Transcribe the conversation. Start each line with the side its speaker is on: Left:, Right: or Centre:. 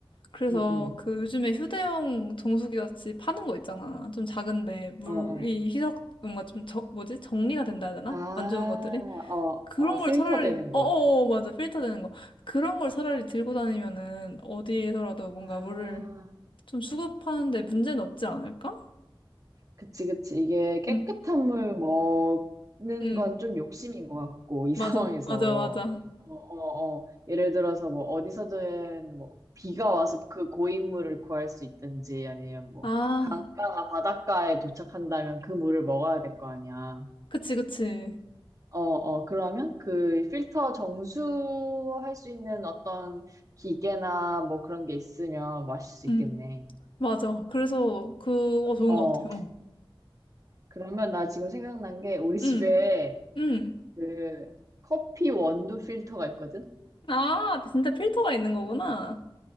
Left: 그래서
Right: 응, 응,
Left: 그 요즘에 휴대용 정수기 같이 파는 거 있잖아. 좀 작은데 물이
Right: 어, 어.
Left: 희석, 뭔가 좀 저, 뭐지? 정리가 된다 해야 되나?
Right: 아, 어,
Left: 안 좋은 것들이? 그런
Right: 어, 필터
Left: 걸 차라리
Right: 되는 거.
Left: 어어 맞아 필터 되는 거 그런 걸 차라리 들고 다니면은 어디에서라도 뭔가
Right: 아,
Left: 물을 좀 수급하는데 문제는 없지 않을까?
Right: 그치, 그치. 이게 깨끗한
Left: 응,
Right: 물 먹는
Left: 응,
Right: 건 좀 욕심인 것 같고, 이
Left: 맞아,
Right: <laughs> 상황에서.
Left: 맞아, 맞아.
Right: 어, 어, 어. 예를 들어서 뭐 어디서든 뭐 비가 와서 그 고인물을 구할 수 있든지 아니면 뭐
Left: 아,
Right: 강가나 바닷가에 도착한다면 그 물을 먹어야 될 거 아니야.
Left: 그치, 그치.
Right: 어, 어, 그러면 그 필터 정수할 수 있는 어떤 기계나 뭐 그런 게 있으면 마실 수 있겠네.
Left: 응, 맞아. 그래서 그거 좋은
Right: 어,
Left: 것 같아. 어
Right: 그러면 나 지금 생각난 게 우리 집에
Left: 응, 응.
Right: 그 커피 원두 필터가 있거든?
Left: 아, 진짜 필터가 있는 거구나.